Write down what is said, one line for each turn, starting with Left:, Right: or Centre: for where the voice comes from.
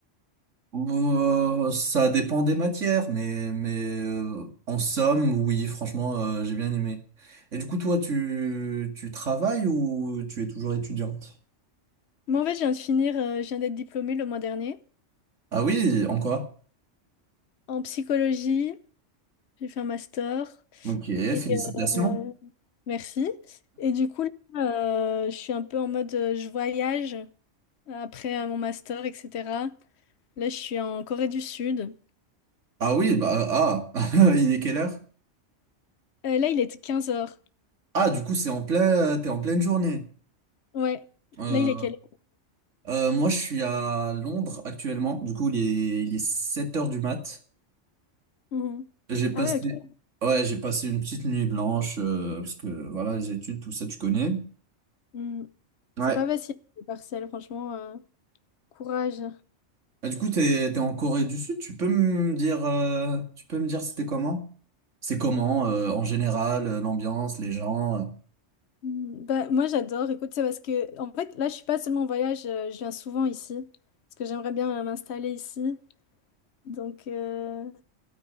Right: Euh, ça dépend des matières, mais mais euh, en somme, oui, franchement, euh, j'ai bien aimé. Et du coup, toi, tu tu travailles ou tu es toujours étudiante?
Left: Moi, en fait, je viens de finir, euh, je viens d'être diplômée le mois dernier.
Right: Ah oui, en quoi?
Left: En psychologie, j'ai fait un master.
Right: Ok,
Left: Et
Right: félicitations.
Left: euh, merci. Et du coup, là, euh, je suis un peu en mode, euh, je voyage après euh, mon master, etc. Là, je suis en Corée du Sud.
Right: Ah oui, bah ah, <laughs> il est quelle heure?
Left: Euh, là, il est quinze heures.
Right: Ah, du coup, c'est en plein, t'es en pleine journée.
Left: Ouais.
Right: Euh,
Left: Là, il est quel?
Right: Euh, moi, je suis à Londres actuellement. Du coup, il est, il est 7 heures du mat.
Left: Mhm.
Right: J'ai passé,
Left: Ah ouais, ok.
Right: ouais, j'ai passé une petite nuit blanche, euh, parce que voilà, les études, tout ça, tu connais.
Left: Mhm.
Right: Ouais.
Left: C'est pas facile, les partiels, franchement. euh, Courage.
Right: Ah, du coup, t'es, t'es en Corée du Sud. Tu peux me dire, euh, tu peux me dire c'était comment? C'est comment, euh, en général, euh, l'ambiance, les gens. euh.
Left: Mhm. Bah, moi, j'adore. Écoute, c'est parce que, en fait, là, je suis pas seulement en voyage, euh, je viens souvent ici. Parce que j'aimerais bien euh, m'installer ici. Donc, euh,